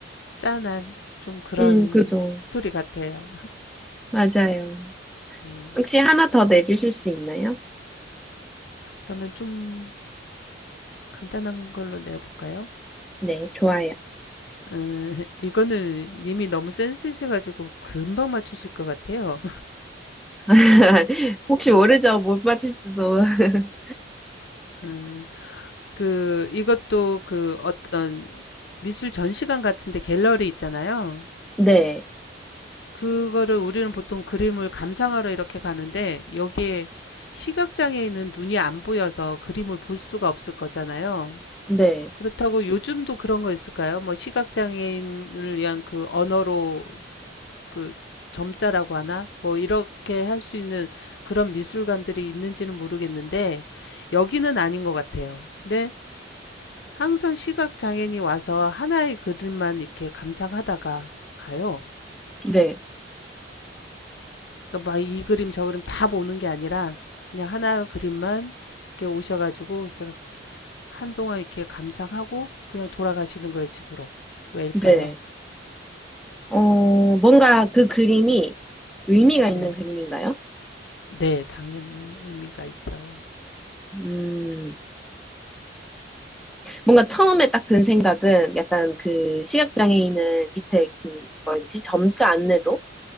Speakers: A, on the left; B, in the centre.
A: 짠한 좀 그런
B: 음, 그죠.
A: 스토리 같아요.
B: 맞아요.
A: <laughs> 네.
B: 혹시 하나 더 내주실 수 있나요?
A: 그러면 좀 간단한 걸로 내볼까요?
B: 네, 좋아요.
A: 음, 이거는 님이 너무 센스 있어가지고 금방 맞추실 것 같아요.
B: <laughs> 혹시 모르죠? 못 맞힐 수도. <laughs>
A: 음, 그, 이것도 그 어떤 미술 전시관 같은데 갤러리 있잖아요.
B: 네,
A: 그거를 우리는 보통 그림을 감상하러 이렇게 가는데 여기에 시각장애인은 눈이 안 보여서 그림을 볼 수가 없을 거잖아요.
B: 네,
A: 그렇다고 요즘도 그런 거 있을까요? 뭐 시각장애인을 위한 그 언어로 그 점자라고 하나? 뭐 이렇게 할 수 있는 그런 미술관들이 있는지는 모르겠는데 여기는 아닌 것 같아요. 근데 항상 시각 장애인이 와서 하나의 그림만 이렇게 감상하다가 가요.
B: 네,
A: 그러니까 막 이 그림 저 그림 다 보는 게 아니라 그냥 하나 그림만 이렇게 오셔가지고 이렇게 한동안 이렇게 감상하고 그냥 돌아가시는 거예요 집으로. 왜일까요?
B: 네. 어, 뭔가 그 그림이 의미가
A: 네,
B: 있는 그림인가요?
A: 네 당연히 의미가 있어요.
B: 음, 뭔가 처음에 딱 든 생각은 약간 그 시각장애인은 밑에 그, 뭐라 해야 되지? 점자 안내도?